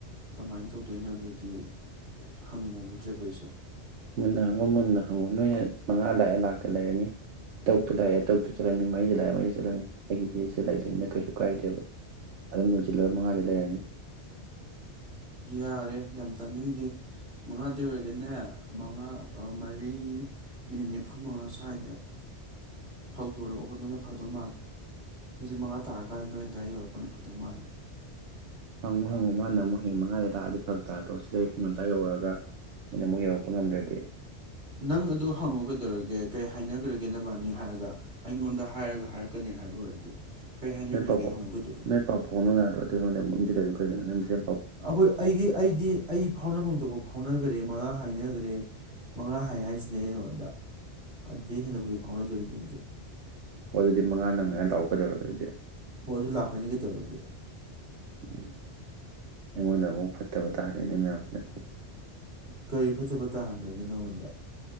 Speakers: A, on the right; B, on the right.
A: ꯀꯃꯥꯏ ꯇꯧꯗꯣꯏꯅꯣ ꯑꯗꯨꯗꯤ ꯍꯪꯉꯨꯗ꯭ꯔꯦꯕ ꯑꯩꯁꯨ
B: ꯃꯨꯟꯅ ꯍꯪꯉꯣ
A: ꯑꯗꯨ
B: ꯃꯨꯟꯅ ꯍꯪꯉꯣ ꯅꯣꯏꯅ ꯃꯉꯥ ꯂꯥꯛꯑꯦ ꯂꯥꯛꯇꯦ ꯂꯩꯔꯅꯤ ꯇꯔꯨꯛꯇꯨ ꯂꯥꯛꯑꯦ ꯇꯔꯨꯛꯇꯨ ꯆꯠꯂꯅꯤ ꯃꯔꯤꯗ ꯂꯥꯛꯑꯦ ꯃꯔꯤꯗ ꯆꯠꯂꯅꯤ ꯑꯩꯒꯤꯗꯤ ꯁꯤ ꯂꯩꯗꯣꯏꯅꯤꯅ ꯀꯩꯁꯨ ꯀꯥꯏꯗꯦꯕ ꯑꯗꯨꯝ ꯂꯣꯏꯁꯤꯜꯂꯒ ꯃꯉꯥꯗꯩ ꯂꯩꯔꯅꯤ
A: ꯌꯥꯔꯦ ꯌꯥꯝ ꯇꯥꯅꯤꯡꯗꯦ ꯃꯉꯥꯗꯩ ꯑꯣꯏꯔꯗꯤꯅꯦ ꯃꯉꯥ ꯑ ꯃꯔꯤ ꯃꯤꯅꯤꯠ ꯅꯤꯐꯨ ꯃꯉꯥ ꯁ꯭ꯋꯥꯏꯗ ꯍꯧꯗꯣꯛꯂꯛꯑꯣ ꯑꯗꯨꯅ ꯐꯗꯧ ꯃꯥꯜꯂꯦ ꯑꯩꯁꯦ ꯃꯉꯥ ꯇꯥꯔꯀꯥꯟꯗ ꯅꯣꯏ ꯑꯗꯨꯋꯥꯏ ꯌꯧꯔꯛꯄꯅ ꯐꯗꯧ ꯃꯥꯜꯂꯦ
B: ꯍꯪꯉꯨ ꯍꯪꯉꯨ ꯃꯥꯅ ꯑꯃꯨꯛ ꯍꯌꯦꯡ ꯃꯉꯥꯗꯩ ꯇꯥꯛꯑꯗꯤ ꯐꯔꯛ ꯇꯥꯗ꯭ꯔꯣ ꯁꯤꯗꯩ ꯄꯨꯡ ꯉꯝꯇ ꯌꯧꯔꯛꯑꯒ ꯑꯩꯅ ꯑꯃꯨꯛ ꯌꯧꯔꯛꯄ ꯉꯝꯗ꯭ꯔꯗꯤ
A: ꯅꯪ ꯑꯗꯨ ꯍꯪꯉꯨꯒꯩꯗꯧꯔꯒꯦ ꯀꯩ ꯍꯥꯏꯅꯈ꯭ꯔꯒꯦ ꯅꯕꯥꯅꯤ ꯍꯥꯏꯔꯒ ꯑꯩꯉꯣꯟꯗ ꯍꯥꯏꯔꯒ ꯍꯥꯏꯔꯛꯀꯅꯤ ꯍꯥꯏꯕ ꯑꯣꯏꯔꯗꯤ ꯀꯩ ꯍꯥꯏꯅꯈ꯭ꯔꯒꯦ
B: ꯅꯣꯏ ꯄꯥꯐꯥꯎ
A: ꯍꯪꯉꯨ ꯀꯩꯗꯧꯔꯒꯦ
B: ꯅꯣꯏ ꯄꯥꯎꯐꯥꯎꯅꯧ ꯌꯥꯗ꯭ꯔꯣ ꯑꯗꯨ ꯑꯩꯉꯣꯟꯗ ꯃꯨꯡ <unintelligible>
A: ꯑꯩꯈꯣꯏ ꯑꯩꯒꯤ ꯑꯩꯗꯤ ꯑꯩ ꯐꯥꯎꯅꯐꯝ ꯊꯣꯛꯄ ꯐꯥꯎꯅꯒꯔꯦ ꯇꯔꯦ ꯃꯉꯥ ꯍꯥꯏꯅꯈ꯭ꯔꯦ ꯃꯉꯥ ꯍꯥꯏ ꯍꯥꯏꯁꯤꯅꯦ ꯑꯩꯅ ꯅꯉꯪꯟꯗ ꯑꯗꯨꯗꯩ ꯍꯦꯟꯅꯕꯨ ꯀꯩ ꯐꯥꯎꯅꯗꯣꯔꯤꯒꯦ ꯍꯧꯖꯤꯛ
B: ꯑꯣ ꯑꯗꯨꯗꯤ ꯃꯉꯥꯟ ꯅꯪꯅꯉꯥꯏ ꯂꯥꯛꯑꯣ ꯀꯩꯗꯧꯔꯒ ꯑꯗꯨꯗꯤ
A: ꯍꯣꯏ ꯑꯗꯨ ꯂꯥꯛꯀꯅꯤ ꯀꯩꯗꯧꯔꯒꯦ
B: ꯎꯝ ꯑꯩꯉꯣꯟꯗ ꯑꯃꯨꯛ ꯐꯠꯇꯕ ꯇꯥꯍꯜꯂꯤꯅꯦ ꯃꯌꯥꯝꯁꯤꯅ
A: ꯀꯔꯤ ꯐꯠꯇꯕ ꯇꯥꯍꯟꯈ꯭ꯔꯒꯦ ꯅꯪꯉꯣꯟꯗ